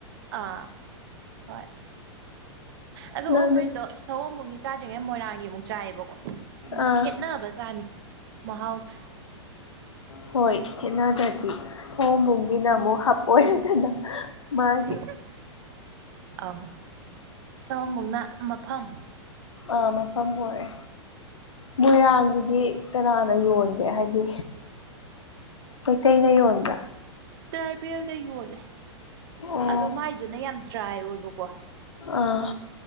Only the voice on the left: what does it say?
ꯅꯪꯗꯤ
ꯑꯥ
ꯍꯣꯏ ꯈꯦꯠꯅꯗ꯭ꯔꯗꯤ ꯁꯋꯣꯝꯕꯨꯡꯒꯤꯅ ꯑꯃꯨꯛ ꯍꯥꯞ ꯑꯣꯢꯔꯦꯗꯅ ꯃꯥꯒꯤ
ꯑꯥ ꯃꯐꯝ ꯑꯣꯏꯔꯦ ꯃꯣꯏꯔꯥꯡꯒꯤꯗꯤ ꯀꯅꯥꯅ ꯌꯣꯟꯒꯦ ꯍꯥꯏꯗꯤ ꯃꯩꯇꯩꯩꯅ ꯌꯣꯟꯕ꯭ꯔꯥ
ꯑꯣ
ꯑꯥ